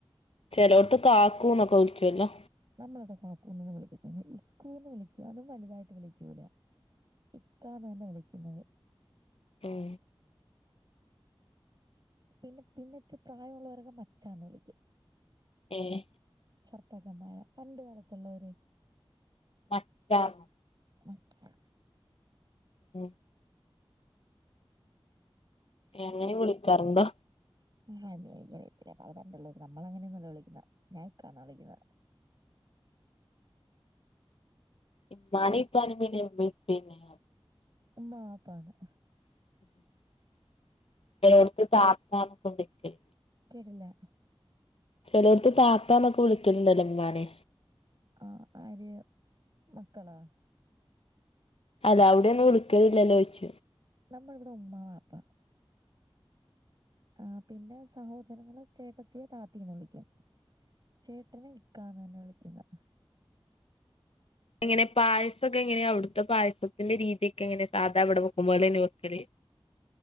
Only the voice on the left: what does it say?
ചെലോട്ത്ത് കാക്കൂന്നൊക്കെ വിൾച്ചൊല്ലോ
ഉം
ഏഹ്
മച്ചാന്ന്
ഉം അങ്ങനെ
വിളിക്കാറുണ്ടോ
ഇമ്മാനേം ഇപ്പാനേം പിന്നെ ഞാൻ വിളിച്ചേനേ
<inaudible> ചെലോട്ത്ത് താത്തന്നൊക്കെ വിളിക്കല്
ചെലോട്ത്ത് താത്താന്നൊക്കെ വിളിക്കലുണ്ടല്ലോ ഉമ്മാനെ
അല്ല അവ്ടെ ഒന്നും വിളിക്കലില്ലല്ലോയ്ച്ച
എങ്ങനെ പായസൊക്കെ എങ്ങനെയാ അവ്ട്ത്തെ പായസത്തിന്റെ രീതിയൊക്കെ എങ്ങനെ സാധാവ്ടെ വെക്കും പോലന്നയാ വെക്കല്